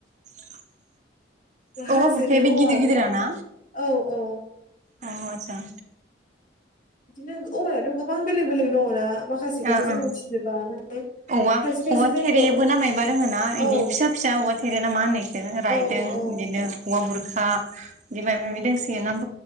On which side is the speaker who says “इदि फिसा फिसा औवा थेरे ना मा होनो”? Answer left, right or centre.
Right